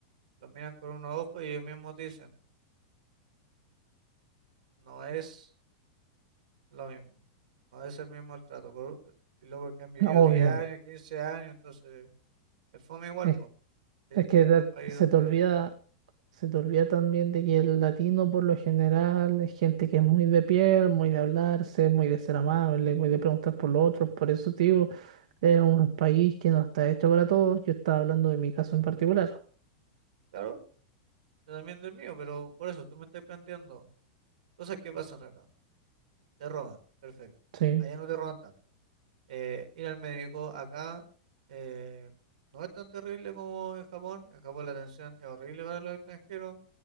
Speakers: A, on the right; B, on the right.
A: los miran con unos ojos y ellos mismos dicen, no es lo mismo. No es el mismo el trato. por- y luego que han vivido
B: <laughs> Obvio.
A: 10 años, 15 años, entonces... Es fome igual,
B: Es,
A: pues. Tienes
B: es
A: que
B: que
A: irte
B: da-
A: a un país
B: se
A: donde,
B: te olvida, se te olvida también de que el latino por lo general es gente que es muy de piel, muy de hablarse, muy de ser amable, muy de preguntar por los otros. Por eso, tío, es un país que no está hecho para todos. Yo estaba hablando de mi caso en particular.
A: claro, yo también del mío, pero por eso tú me estás planteando cosas que pasan acá. Te roban, perfecto.
B: Sí.
A: Allá no te roban tanto. Eh, ir al médico acá eh, no es tan terrible como en Japón. En Japón la atención es horrible para los extranjeros.